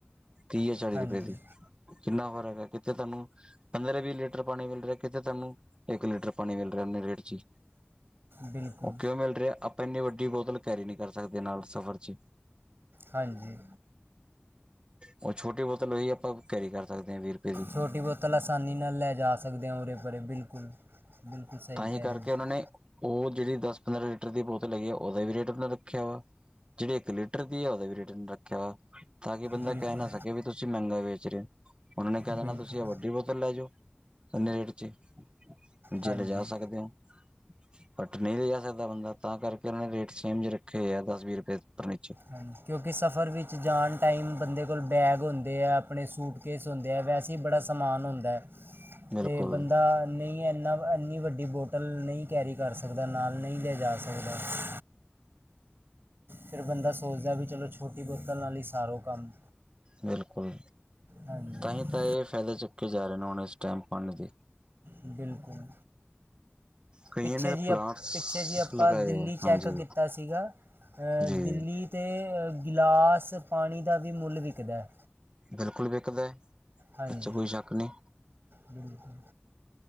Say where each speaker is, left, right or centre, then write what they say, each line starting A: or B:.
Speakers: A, on the right (about 25°); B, on the right (about 65°).
A: ਤੀਹ ਜਾ ਚਾਲੀ
B: ਹਾਂਜੀ
A: ਰੁਪਏ ਦੀ, ਕਿੰਨਾ ਫਰਕ ਹੈ ਕਿੱਥੇ ਤੁਹਾਨੂੰ ਪੰਦਰਾਂ ਵੀਹ ਲੀਟਰ ਪਾਣੀ ਮਿਲ ਰਿਹਾ ਕਿਤੇ ਤੋਹਾਨੂੰ ਇੱਕ ਲੀਟਰ ਪਾਣੀ ਮਿਲ ਰਿਹਾ ਉਹਨੇ ਰੇਟ ਚ ਹੀ।
B: ਬਿਲਕੁਲ
A: ਉਹ ਕਿਉਂ ਮਿਲ ਰਿਹਾ ਆਪਾਂ ਇੰਨੀ ਵੱਡੀ ਬੋਤਲ ਕੈਰੀ ਨਹੀਂ ਕਰ ਸਕਦੇ ਨਾਲ ਸਫ਼ਰ ਚ।
B: ਹਾਂਜੀ।
A: ਉਹ ਛੋਟੀ ਬੋਤਲ ਉਹੀ ਆਪਾਂ ਕੈਰੀ ਕਰ ਸਕਦੇ ਹਾਂ, ਵੀਹ ਰੁਪਏ ਦੀ।
B: ਛੋਟੀ ਬੋਤਲ ਆਸਾਨੀ ਨਾਲ ਲੈਜਾ ਸਕਦੇ ਹਾਂ ਉਰੇ, ਪਰੇ ਬਿਲਕੁਲ। ਬਿਲਕੁਲ ਸਹੀ
A: ਤਾਂਹੀ
B: ਕਹਿ ਰਹੇ
A: ਕਰਕੇ
B: ਹੋ
A: ਉਨ੍ਹਾਂ ਨੇ ਉਹ ਜਿਹੜੀ ਦਸ ਪੰਦਰਾਂ ਲੀਟਰ ਦੀ ਬੋਤਲ ਹੈਗੀ ਆ ਉਹਦਾ ਵੀ ਰੇਟ ਓਨਾਂ ਰੱਖਿਆ ਵਾ। ਜਿਹੜੀ ਇੱਕ ਲੀਟਰ ਦੀ ਆ ਉਹਦਾ ਵੀ ਰੇਟ ਓਨਾਂ ਰੱਖਿਆ ਵਾ। ਤਾਂ ਕਿ ਬੰਦਾ
B: ਬਿਲਕੁਲ
A: ਕਹਿ ਨਾ ਸਕੇ ਵੀ ਤੁਸੀਂ ਮਹਿੰਗਾ ਵੇਚ ਰਹੇ ਹੋ ਉਹਨਾ ਨੇ ਕਹਿ ਦੇਣਾ
B: ਬਿਲਕੁਲ
A: ਤੁਸੀਂ ਆ ਵੱਡੀ ਬੋਤਲ ਲੈ ਜੋ, ਇੰਨੇ ਰੇਟ ਚ, ਜੇ
B: ਹਾਂਜੀ
A: ਲਜਾ ਸਕਦੇ ਹੋ? ਘੱਟ ਨਹੀਂ ਲਜਾ ਸਕਦਾ ਬੰਦਾ ਤਾਂ ਕਰਕੇ ਉਹਨਾਂ ਨੇ ਰੇਟ ਸੇਮ ਜੇ ਰੱਖੇ ਆ ਦਸ ਵੀਹ ਰੁਪਏ ਉਪਰ ਨੀਚੇ।
B: ਹਾਂ ਕਿਉਂਕਿ ਸਫ਼ਰ ਵਿੱਚ ਜਾਣ ਟਾਈਮ ਬੰਦੇ ਕੋਲ ਬੈਗ ਹੁੰਦੇ ਹੈ, ਆਪਣੇ ਸੂਟ ਕੇਸ ਹੁੰਦੇ ਐ ਵੈਸੇ ਹੀ ਬੜਾ ਸਮਾਨ ਹੁੰਦਾ
A: ਬਿਲਕੁਲ
B: ਤੇ ਬੰਦਾ ਨਹੀਂ ਇੰਨਾ ਇੰਨੀ ਵੱਡੀ ਬੋਟਲ ਨਹੀਂ ਕੈਰੀ ਕਰ ਸਕਦਾ ਨਾਲ ਨਹੀਂ ਲੈ ਜਾ ਸਕਦਾ। ਫਿਰ ਬੰਦਾ ਸੋਚਦਾ ਵੀ ਚਲੋ ਛੋਟੀ ਬੋਤਲ ਨਾਲ ਹੀ ਸਾਰੋ ਕੰਮ।
A: ਬਿਲਕੁਲ,
B: ਹਾਂਜੀ
A: ਤਾਂਹੀ ਤਾਂ ਇਹ ਫਾਇਦੇ ਚੁੱਕੇ ਜਾ ਰਹੇ ਨੇ ਹੁਣ ਇਸ ਟੈਮ ਪਾਣੀ ਦੇ।
B: ਬਿਲਕੁਲ।
A: ਕਈਆਂ
B: ਪਿੱਛੇ
A: ਨੇ ਤਾਂ
B: ਜੀ
A: ਪਲਾਂਟਸ
B: ਅ ਪਿੱਛੇ ਜੀ ਆਪਾਂ
A: ਲਗਾਏ
B: ਦਿੱਲੀ
A: ਆ
B: ਚੈੱਕ
A: ਹਾਂਜੀ
B: ਕੀਤਾ ਸੀਗਾ। ਅ
A: ਜੀ
B: ਦਿੱਲੀ ਤੇ ਗਿਲਾਸ ਪਾਣੀ ਦਾ ਵੀ ਮੁੱਲ ਵਿਕਦਾ।
A: ਬਿਲਕੁਲ ਵਿਕਦਾ।
B: ਹਾਂਜੀ,
A: ਇਹ 'ਚ ਕੋਈ ਸ਼ੱਕ ਨਹੀਂ
B: ਬਿਲਕੁਲ।